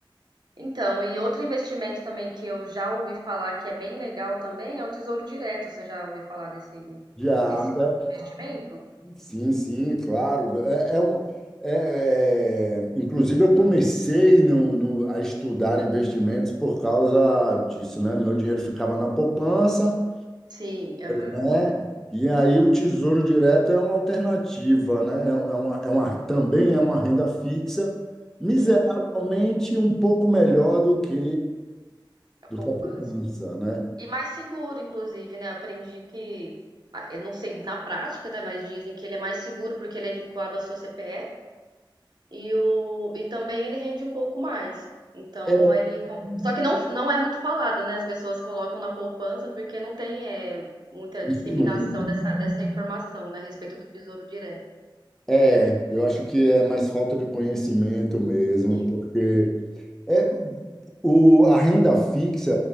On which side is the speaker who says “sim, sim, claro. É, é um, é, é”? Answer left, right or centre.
Centre